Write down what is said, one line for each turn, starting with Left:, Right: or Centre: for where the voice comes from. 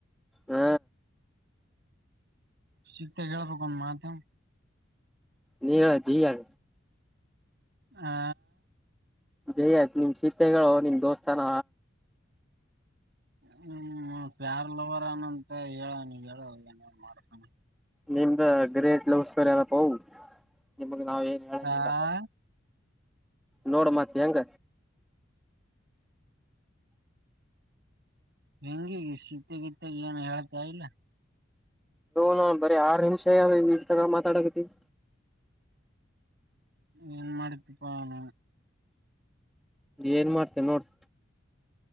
Centre: ಹ್ಮ
Right: ಸಿಗ್ತಾ ಹೇಳ್ಬೇಕ ಒಂದು ಮಾತ
Centre: ನೀ ಜ ಯಾರ
Right: ಹಾ
Centre: ಜಯತ್ ನಿಮ್ ಶೀತೆಗಳು ನಿಮ್ ದೋಸ್ತಾನ
Right: ಹ್ಮ್ ಪ್ಯಾರ್ ಲವರನಂತ ಹೇಳ ನೀ ಹೇಳ ಏನೇನ್ ಮಾಡತಾನ
Centre: ನಿಮ್ದ ಗ್ರೇಟ್ ಲವಸ್ ಸ್ಟೋರಿ ಅನಪ್ಪ ಹ ನಿಮಗ್ ನಾವ್ ಏನ್ ಹೇಳಂಗಿಲ್ಲ
Right: ಆ
Centre: ನೋಡ ಮತಿ ಹೆಂಗ
Right: ಹೆಂಗಿಗ ಶೀತೆಗತ್ತಾಗ ಏನು ಹೇಳ್ತಾ ಇಲ್ಲ
Centre: ನ ಬರೀ ಆರ್ ನಿಮಿಷ ಯ ಇಟ್ ತಗ ಮಾತಾಡಕತಿವಿ
Right: ಏನ್ ಮಾಡತಿಪ್ಪಾ ಅವ
Centre: ಏನ್ ಮಾಡ್ತೇ ನೋಡಿ